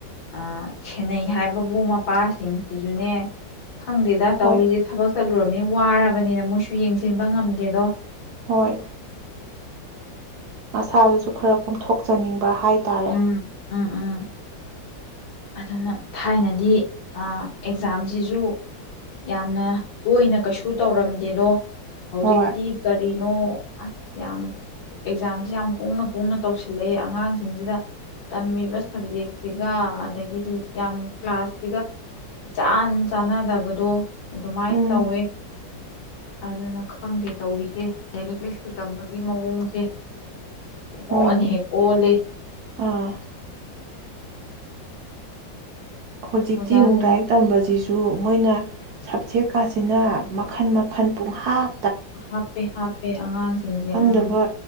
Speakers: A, on the left; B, on the right.
A: ꯑ ꯁꯦꯟꯅꯩ ꯍꯥꯏꯕꯕꯨ ꯃ ꯄꯥꯁꯤꯡꯁꯤꯁꯨꯅꯦ ꯈꯪꯗꯦꯗ ꯇꯧꯔꯤꯖꯦ
B: ꯍꯣꯏ
A: ꯊꯕꯛ ꯆꯠꯂꯨꯔ ꯅꯤ ꯋꯥꯔꯕꯅꯤꯅ ꯃꯣꯏꯁꯨ ꯌꯦꯡꯖꯤꯟꯕ ꯉꯝꯗꯦꯗꯣ꯫
B: ꯍꯣꯏ꯫ ꯃꯁꯥꯗꯁꯨ ꯈꯔ ꯀꯣꯝꯊꯣꯛꯆꯅꯤꯡꯕ ꯍꯥꯏ ꯇꯥꯔꯦ꯫
A: ꯎꯝ ꯎꯝ ꯎꯝ ꯑꯗꯨꯅ ꯊꯥꯏꯅꯗꯤ ꯑꯦꯛꯖꯥꯝꯁꯤꯁꯨ ꯌꯥꯝꯅ ꯇꯣꯏꯅ ꯀꯩꯁꯨ ꯇꯧꯔꯝꯗꯦꯗꯣ ꯍꯧꯖꯤꯛꯇꯤ
B: ꯍꯣꯏ
A: ꯀꯔꯤꯅꯣ ꯑꯁ ꯌꯥꯝ ꯑꯦꯛꯖꯥꯝꯁꯤ ꯌꯥꯝ ꯀꯨꯡꯅ ꯀꯨꯡꯅ ꯇꯧꯁꯤꯜꯂꯛꯑꯦ ꯑꯉꯥꯡꯁꯤꯡꯁꯤꯗ ꯇꯝꯃꯤꯕ ꯁꯕꯖꯦꯛꯁꯤꯒ ꯑꯗꯒꯤ ꯑꯗꯒꯤꯗꯤ ꯌꯥꯝ ꯀ꯭ꯂꯥꯁꯁꯤꯒ ꯏꯆꯥꯟ ꯆꯥꯟꯅꯗꯕꯗꯣ ꯑꯗꯨꯃꯥꯏꯅ
B: ꯎꯝ
A: ꯇꯧꯋꯦ ꯑꯗꯨꯅ ꯈꯪꯗꯦ ꯇꯧꯔꯤꯁꯦ ꯂꯥꯏꯔꯤꯛ ꯂꯥꯏꯁꯨ ꯇꯝꯕꯒꯤ ꯃꯑꯣꯡꯁꯦ
B: ꯍꯣꯏꯅꯦ
A: ꯑꯣꯅ ꯍꯦ ꯀ ꯂꯩ
B: ꯑꯥ ꯍꯧꯖꯤꯛꯇꯤ
A: ꯑꯣꯖꯥꯁꯤꯡ
B: ꯑꯃꯨꯛ ꯂꯥꯏꯔꯤꯛ ꯇꯝꯕꯁꯤꯁꯨ ꯑꯗꯨ ꯃꯣꯏꯅ ꯁꯕꯖꯦꯛ ꯀꯥꯁꯤꯅ ꯃꯈꯜ ꯃꯈꯜ ꯄꯨꯡꯍꯥꯞ
A: ꯍꯥꯞꯄꯦ ꯍꯥꯞꯄꯦ ꯑꯉꯥꯡꯁꯤꯡꯁꯦ
B: ꯈꯪꯗꯕ
A: ꯎꯝ